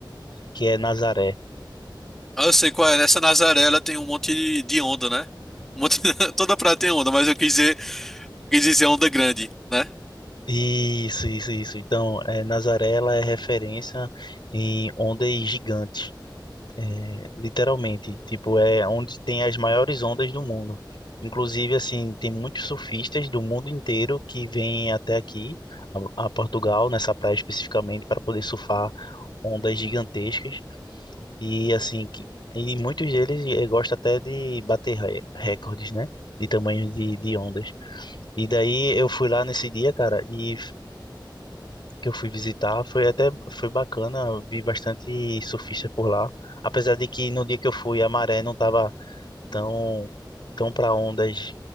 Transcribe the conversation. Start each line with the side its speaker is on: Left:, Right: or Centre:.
Left: que é Nazaré.
Centre: Ah, eu sei qual é, nessa Nazaré ela tem um monte de de onda, né? Um monte... <laughs> Toda praia tem onda, mas eu quis dizer, quis dizer onda grande, né?
Left: Isso, isso, isso. Então, é, Nazaré ela é referência em ondas gigantes, é, literalmente. Tipo, é onde tem as maiores ondas do mundo. Inclusive, assim, tem muitos surfistas do mundo inteiro que vêm até aqui, a, a Portugal, nessa praia especificamente, para poder surfar ondas gigantescas. E, assim, que, e muitos deles eh, gostam até de bater re- recordes, né? De tamanho de, de ondas. E daí eu fui lá nesse dia, cara, e que eu fui visitar. Foi até foi bacana, vi bastante surfista por lá. Apesar de que no dia que eu fui a maré não estava tão tão para ondas